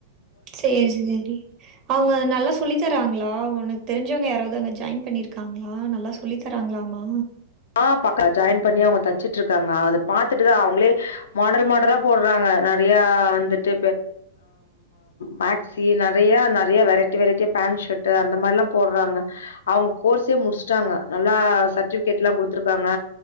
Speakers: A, on the right; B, on the left.
A: சேரி சேரி அவங்க நல்லா சொல்லி தராங்களா உனக்கு தெரிஞ்சவங்க யாராவது அங்க ஜாயின் பண்ணிருக்காங்களா நல்லா சொல்லி தராங்களாமா
B: ஆ ஜாயின் பண்ணி அவங்க தச்சட்டு இருக்காங்க அத பாத்துட்டுதான் அவங்களே மாடல் மாடலா போடுறாங்க நிறைய வந்துட்டு மேக்சி நிறைய நிறைய வெரைட்டி வெரைட்டி பேண்ட் ஷர்ட் அந்த மாதிரி எல்லாம் போடுறாங்க அவங்க கோர்ஸே முடிச்சட்டாங்க நல்லா சர்டிஃபி கட்ல்லா குடுத்துருக்காங்க